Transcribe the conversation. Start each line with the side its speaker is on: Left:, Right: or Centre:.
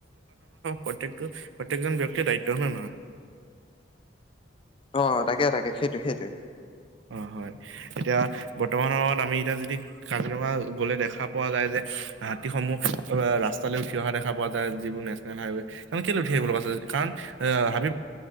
Right: প্ৰতয়েক প্ৰত্য়েকজন ব্যক্তিৰ দায়িত্বহে নহয়
Left: অ' তাকে তাকে সেইটো সেইটোৱে।
Right: হয় হয় এতিয়া বৰ্তমান সময়ত আমি এতিয়া যদি কাজিৰঙা গলে দেখা পোৱা যায় যে। হাতীসমূহ ৰাস্তালৈ উঠি অহা দেখা পোৱা যায় যিবোৰ নেচনেল হাইৱে ত কে লৈ উঠি আহিব লগা কাৰণ। অ' হাবি